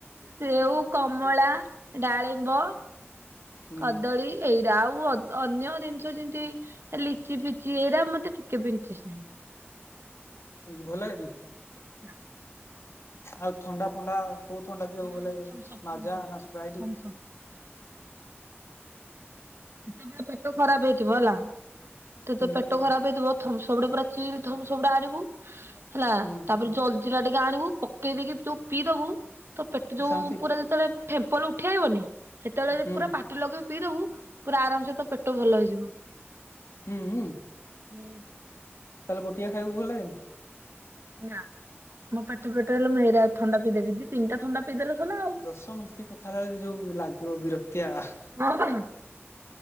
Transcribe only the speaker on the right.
ସେଉ କମଳା ଡାଳିମ୍ବ
କଦଳୀ। ଏଇରା ଆଉ ଅ ଅନ୍ୟ ଜିନିଷ ଯେମତି ଲିଚି ଫିଚି ଏଇରା ମତେ ଟିକେ ବି ଇଣ୍ଟ୍ରେଷ୍ଟ ନାହିଁ।
<inaudible>
ହଁ
ଥମ୍ସଅପ୍
ଥମ୍ସଅପ୍
ଥମ୍ସଅପ୍। ଯେତେବେଳେ ପେଟ ଖରାପ ହେଇଥିବ ହେଲା ସେତ
ପେଟ ଖରାପ ହେଇଥିବ ଥମସମଟେରେ ପୁରା ଚିଲ୍ଳ ଥମସମଟେ ଆଣିବୁ ହେଲା
ତାପରେ ଜଲଜିରା ଟିକେ ଆଣିବୁ ପକେଇ ଦେଇକି ଯୋଉ ପିଇଦବୁ ତୋ ପେଟ ଯୋଉ
ପୁରା ଯେତେବେଳେ ଫେମ୍ପଲ ଉଠେଇବନି ସେତେବେଳେ ଯଦି
ପୁରା ପାଟି ଲଗେଇକି ପିଇଦବୁ ପୁରା ଆରାମସେ ତୋ ପେଟ ଭଲ ହେଇଯିବ।
ହୁଁ।
ନା ମୋ ପେଟ ଫେଟ
ହେଲେ ମୁଁ ହେରା ଥଣ୍ଡା ପିଇଦେବୀ ଦି ତିନିଟା ଥଣ୍ଡା ପିଇଦେଲେ ସରିଲା ଆଉ।
<unintelligible>